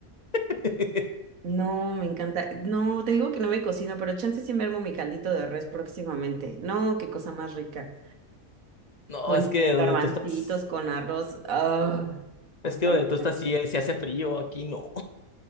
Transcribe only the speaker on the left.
<laughs>
No,
es que
donde tú estás,
es que donde
tú estás sí, se hace frío, aquí no.